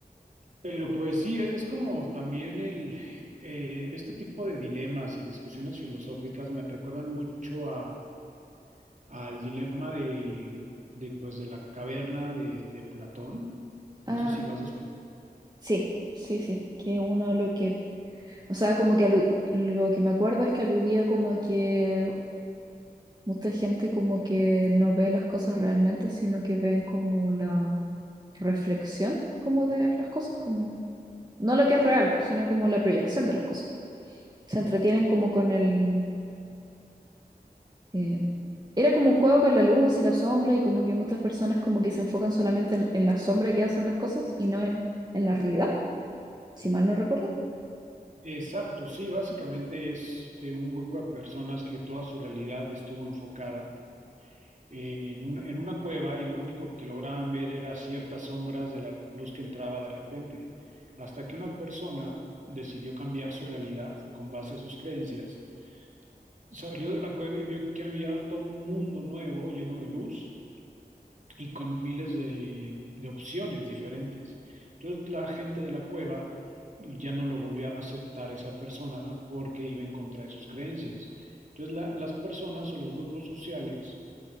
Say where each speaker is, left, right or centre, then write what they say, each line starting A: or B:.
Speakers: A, on the right; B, on the right.
A: Pero pues sí, es como también el, eh, este tipo de dilemas y discusiones filosóficas me recuerdan mucho a, al dilema de, de, pues, de la caverna de, de Platón. No
B: Ah,
A: sé si lo has escuchado.
B: sí, sí, sí, que uno lo que, o sea, como que alu- lo que me acuerdo es que aludía como a que mucha gente como que no ve las cosas realmente, sino que ven como la reflexión como de las cosas, como no lo que es real, sino como la proyección de las cosas. Se entretienen como con el... eh, era como un juego con la luz y la sombra y como que muchas personas como que se enfocan solamente en, en la sombra que hacen las cosas y no en, en la realidad, si mal no recuerdo.
A: Exacto, sí, básicamente es de un grupo de personas que toda su realidad estuvo enfocada eh, en un- en una cueva y lo único que lograban ver era ciertas sombras de la luz que entraba de repente, hasta que una persona decidió cambiar su realidad con base a sus creencias. Salió de la cueva y vio que había todo un mundo nuevo lleno de luz y con miles de, de opciones diferentes. Entonces la gente de la cueva ya no lo volvió a aceptar esa persona porque iba en contra de sus creencias. Entonces la- las personas o los grupos sociales